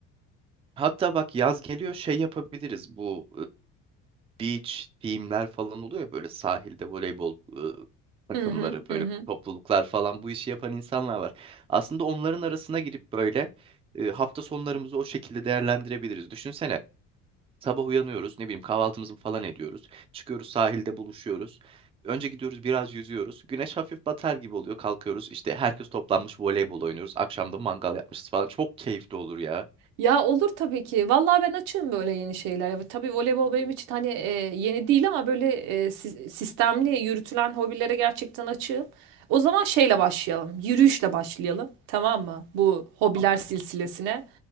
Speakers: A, on the right; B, on the right.
A: hatta bak yaz geliyor şey yapabiliriz bu beach team'ler falan oluyor ya böyle sahilde voleybol ıı, takımları
B: Hı hı
A: böyle
B: hı hı.
A: topluluklar falan bu işi yapan insanlar var. Aslında onların arasına girip böyle ıı, hafta sonlarımızı o şekilde değerlendirebiliriz. Düşünsene sabah uyanıyoruz ne bileyim kahvaltımızı falan ediyoruz. Çıkıyoruz sahilde buluşuyoruz. Önce gidiyoruz biraz yüzüyoruz. Güneş hafif batar gibi oluyor. Kalkıyoruz işte herkes toplanmış voleybol oynuyoruz. Akşamda mangal yapmışız falan. Çok keyifli olur ya.
B: Ya olur tabii ki. Vallahi ben açığım böyle yeni şeyler. Tabii voleybol benim için hani e, yeni değil ama böyle e, si- sistemli yürütülen hobilere gerçekten açığım. O zaman şeyle başlayalım. Yürüyüşle başlayalım. Tamam mı? Bu hobiler
A: Tamam.
B: silsilesine.